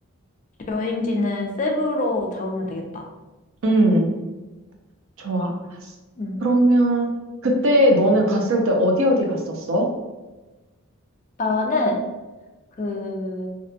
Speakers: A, on the left; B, on the right.
A: 여행지는 세부로 잡으면 되겠다.
B: 음, 좋아.
A: 음.
B: 그러면 그때 너는 갔을 때 어디 어디 갔었어?
A: 나는 그